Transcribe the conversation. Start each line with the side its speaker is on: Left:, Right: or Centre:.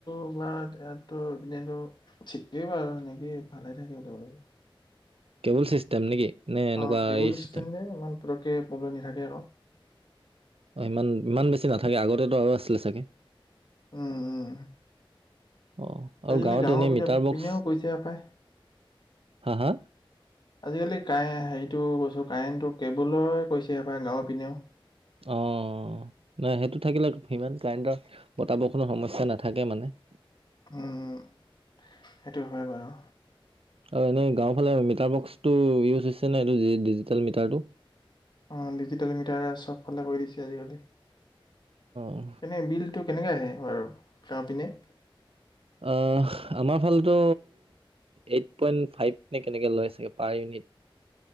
Left: আমাৰ ইয়াতো এপিনেতো। ঠিকেই বাৰু সেনেকেই ভালে থাকে বুলিিব লাগিব।
Right: কেবুল চিষ্টেম নেকি নে এনেকুৱা
Left: অ কি বুলি
Right: এই চিষ্টেম
Left: ই যে ম পতে প্ৰব্লেম নাথাকে আৰু।
Right: অ ইমান ইমান বেছি নাথাকে আগতেতো আৰু আছিলে চাগে।
Left: উম-উম।
Right: অ আৰু
Left: আজিকালি
Right: গাঁৱত
Left: গাঁৱৰ
Right: এনেই
Left: বি
Right: মিটাৰ বক্স
Left: পিনেও কৈছে পায়।
Right: হা হা
Left: আজিকালি কাৰে হেৰিটো কৈছো কাৰেণ্টটো কেবুলৰে কৈছেপ গাঁৱৰ পিনেও।
Right: অঁ ন সেইটো থাকিলে সিমান কাৰেণ্টৰ বত বৰষুণৰ সমস্যা নাথাকে মানে
Left: উম, সেইটো হয় বাৰু।
Right: আৰু এনেই গাঁওৰ ফালে মিটাৰ বক্সটো ইজ হৈছে ন ডিজি মিটো।
Left: অ, ডিজিটেল মিটাৰ চবফালে কৰি দিছে আজিকালি।
Right: অ
Left: এনে বিলটো কেনেকে আহে বাৰু কাঁহ পিনে।
Right: অহ আমাৰ ফালটো এইট পইন্ট ফাইভ নে কেনেকে লৈ চাগে পাৰ ইউনিট।